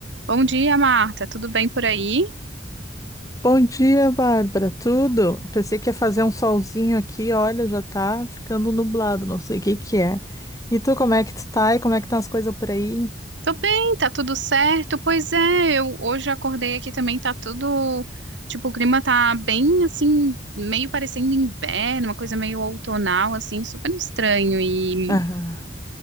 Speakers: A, on the right; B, on the left.
A: Bom dia, Marta. Tudo bem por aí?
B: Bom dia, Bárbara. Tudo? Pensei que ia fazer um solzinho aqui, olha, já tá ficando nublado, não sei o que que é. E tu, como é que tu tá? E como é que estão as coisas por aí?
A: Tô bem, tá tudo certo. Pois é, eu hoje acordei aqui também, tá tudo, tipo, o clima tá bem assim, meio parecendo inverno, uma coisa meio outonal assim, super estranho. E
B: Ah,